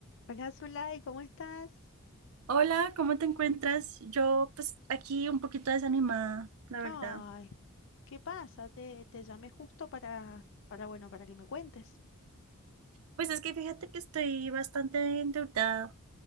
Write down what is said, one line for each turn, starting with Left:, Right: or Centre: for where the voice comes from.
Left: Hola Zulay, ¿cómo estás?
Right: Hola, ¿cómo te encuentras? Yo pues aquí un poquito desanimada, la verdad.
Left: Ay, ¿qué pasa? Te, te llamé justo para, para, bueno, para que me cuentes.
Right: Pues es que fíjate que estoy bastante endeudada.